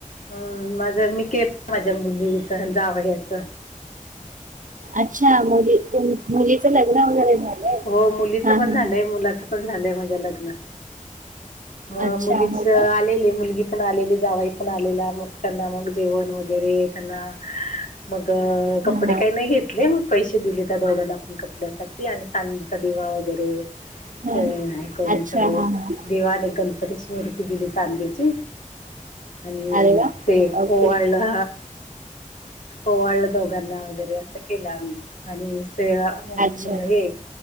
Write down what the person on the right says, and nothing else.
अच्छा तर मुलीचं लग्न वगैरे झालंय
हा
हा
हा.
अच्छा
हो
का
हा हा
हा
अच्छा
हा हा
अरे वा
ओके
अच्छा